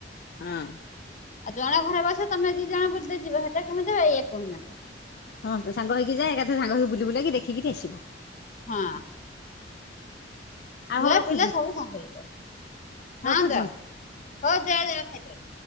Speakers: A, on the left; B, on the left.
A: ଅଁ।
B: ଆଉ ଜଣ ଘରେ ବସିବ ତମେ ଦି ଜଣ ବୁଲତେ ଯିବ ସେଟା କେମିତି ହବ ଇଏ କହୁନାହା <unintelligible>
A: ସମସ୍ତେ ସାଙ୍ଗ ହେଇକି ଯାଏ। ଏକାଥେରେ ସାଙ୍ଗ ହେଇ ବୁଲି ବୁଲାକି ଦେଖିକିରି ଆସିବ।
B: ହଁ।
A: ଆଉ
B: ଛୁଆ
A: ହଉ ରଖୁଛି
B: ପିଲା ସବୁ ସାଙ୍ଗ ହେଇଯାଉ। ହଁ
A: ରଖୁଛି।
B: ଯାଅ ହଉ ଯାଅ ଯାଅ ଖାଇଦବ।